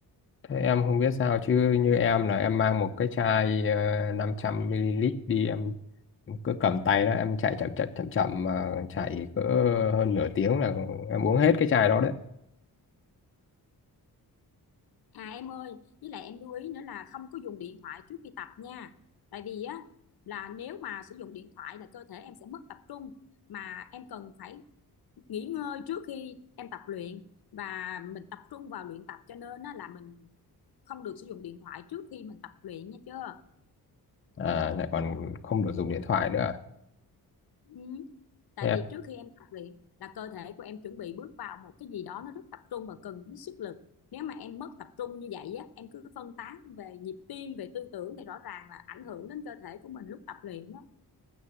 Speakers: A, on the left (about 30°); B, on the left (about 65°).
A: Thế em không biết sao chứ như em là em mang một cái chai ờ, 500ml đi em cứ cầm tay đó em chạy chậm chậm chậm chậm mà chạy cỡ hơn nửa tiếng là em uống hết cái chai đó đấy.
B: à em ơi với lại em lưu ý nữa là không có dùng điện thoại trước khi tập nha tại vì á là nếu mà sử dụng điện thoại là cơ thể em sẽ mất tập trung mà em cần phải nghỉ ngơi trước khi em tập luyện và mình tập trung vào luyện tập cho nên á, là mình không được sử dụng điện thoại trước khi mình tập luyện nha chưa
A: À, lại còn không được dùng điện thoại nữa. à?
B: Ừ. Tại
A: Em
B: vì trước khi em tập luyện là cơ thể của em chuẩn bị bước vào một cái gì đó nó rất tập trung và cần đến sức lực. Nếu mà em mất tập trung như vậy á, em cứ phân tán về nhịp tim, về tư tưởng thì rõ ràng là ảnh hưởng đến cơ thể của mình lúc tập luyện đó.